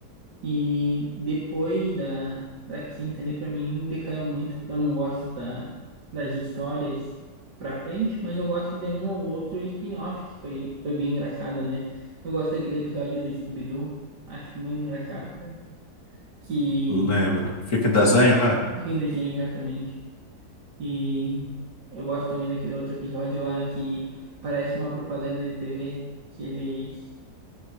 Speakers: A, on the right (about 80°); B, on the left (about 60°).
A: E depois da, da quinta ali, pra mim, decaiu muito. Eu não gosto da, das histórias pra frente, mas eu gosto de um ou outro spin-off que foi, foi bem engraçado, né? Eu gosto daquele episódio do Scooby-Doo. Acho muito engraçado, cara. Que
B: Lembro. Fica em desenho, né?
A: fica em desenho exatamente. E eu gosto também daquele outro episódio lá que parece uma propaganda de TV, que ele.